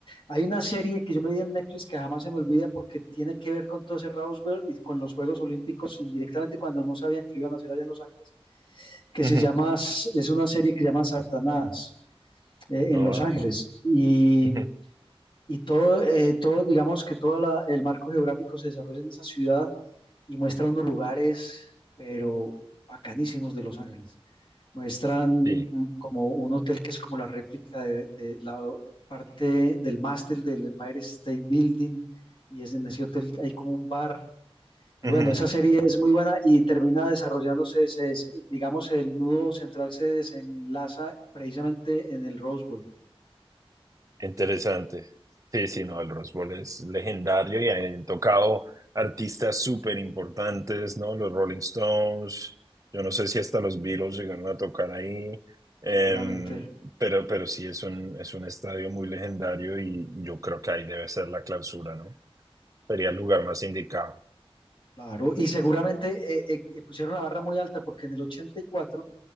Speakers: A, on the left; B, on the right.
A: Hay una serie que yo me vi en Netflix que jamás se me olvida porque tiene que ver con todo ese Roswell y con los Juegos Olímpicos indirectamente cuando no sabían que lo iban a hacer allá en Los Ángeles, que
B: Ujú.
A: se llama, es una serie que se llama Satanás eh, en
B: Ah,
A: Los Ángeles. Y,
B: ujú.
A: y todo, eh, todo, digamos que todo la- el marco geográfico se desarrolla en esa ciudad y muestra unos lugares, pero bacanísimos de Los Ángeles. Muestran
B: Sí.
A: mm, como un hotel que es como la réplica de, de la parte del mástil del Empire State Building y es en ese hotel hay como un bar. Y
B: Ujú.
A: bueno, esa serie es muy buena y termina desarrollándose, se des- digamos, el nudo central se desenlaza precisamente en el Rose Bowl,
B: Interesante. Sí, sí, no, el Rose Bowl es legendario y han tocado artistas súper importantes, ¿no? Los Rolling Stones, yo no sé si hasta los Beatles llegaron a tocar ahí, em,
A: seguramente.
B: pero, pero sí es un, es un estadio muy legendario y yo creo que ahí debe ser la clausura, ¿no? Sería el lugar más indicado.
A: Claro, y seguramente eh, eh, eh, pusieron la barra muy alta porque en el 84